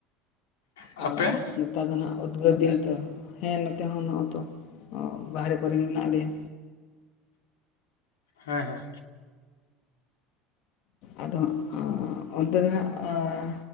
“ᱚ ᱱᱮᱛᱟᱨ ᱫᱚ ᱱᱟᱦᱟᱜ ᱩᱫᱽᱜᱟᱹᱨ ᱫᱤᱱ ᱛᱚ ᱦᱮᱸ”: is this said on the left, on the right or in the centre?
Left